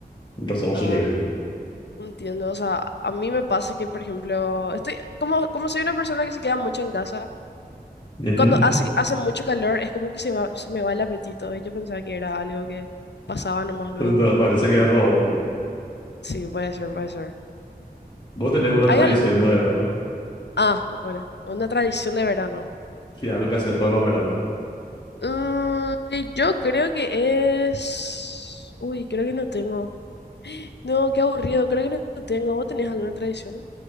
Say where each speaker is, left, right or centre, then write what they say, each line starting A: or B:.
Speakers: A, on the left; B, on the left.
A: y Pasamos
B: ah,
A: súper bien.
B: entiendo, o sea, a mí me pasa que, por ejemplo, estoy, como, como soy una persona que se queda mucho en casa,
A: ¿Y
B: Cuando hace, hace mucho calor es como que se va- se me va el apetito y yo pensaba que era algo que pasaba nomás luego.
A: Pues, no, parece que es algo bueno, amor.
B: Sí, puede ser, puede ser.
A: Vos tenés una
B: ¿Hay
A: tradición
B: algún...
A: de verano.
B: Ah, bueno, una tradición de verano.
A: Sí, algo que hace todos los veranos.
B: Mm, y yo creo que es... Uy, creo que no tengo. No, qué aburrido, creo que no no tengo. ¿Vos tenés alguna tradición?